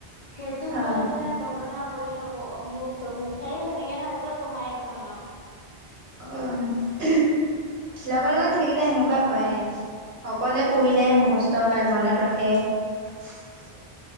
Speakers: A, on the left (about 45°); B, on the right (about 55°).
A: সেইটোক
B: অ',
A: লৈ কিনে বৰ্ননা কৰি থাকো অমুক তমুক সেই সেনেকে থাকোতে পঢ়াই নহয় আও
B: অ লগৰ লগত থাকিলে সেনেকুৱা হয়ে অকলে পঢ়িলেহে
A: উম
B: মুখস্থ হয় মনত ৰখে সেই